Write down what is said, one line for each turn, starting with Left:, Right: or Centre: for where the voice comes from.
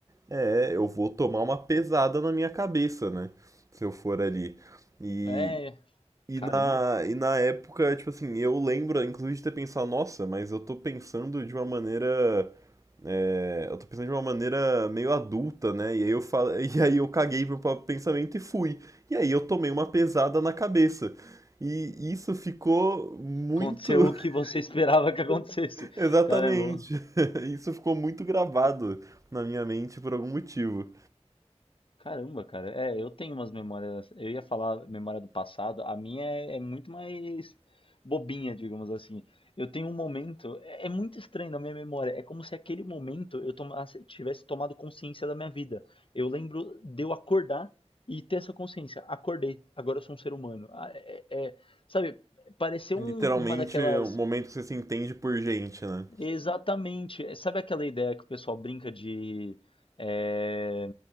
Right: É, eu vou tomar uma pesada na minha cabeça, né? Se eu for ali. E,
Left: É,
Right: e,
Left: caramba.
Right: na, e na época, tipo assim, eu lembro, inclusive, de ter pensado, nossa, mas eu tô pensando de uma maneira. é, eu tô pensando de uma maneira meio adulta, né? E aí eu falo, <laughs> e aí eu caguei pro próprio pensamento e fui. E aí eu tomei uma pesada na cabeça. E isso ficou muito.
Left: Aconteceu
Right: <laughs>
Left: o que você esperava que acontecesse.
Right: Exatamente.
Left: Caramba.
Right: <laughs> Isso ficou muito gravado na minha mente por algum motivo.
Left: Caramba, cara. É, eu tenho umas memórias. Eu ia falar memória do passado. A minha é, é muito mais bobinha, digamos assim. Eu tenho um momento. É, é muito estranho na minha memória. É como se aquele momento eu tomasse- tivesse tomado consciência da minha vida. Eu lembro de eu acordar e ter essa consciência. Acordei. Agora eu sou um ser humano. Ah, É, é- sabe? Pareceu
Right: Literalmente
Left: um- uma daquelas.
Right: é um momento que você se entende por gente, né?
Left: Exatamente. É, Sabe aquela ideia que o pessoal brinca de é,